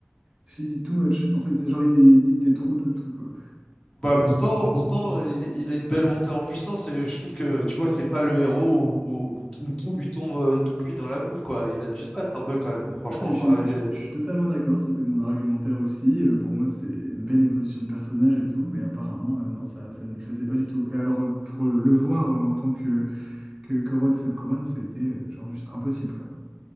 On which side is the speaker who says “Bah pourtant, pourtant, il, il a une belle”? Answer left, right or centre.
Left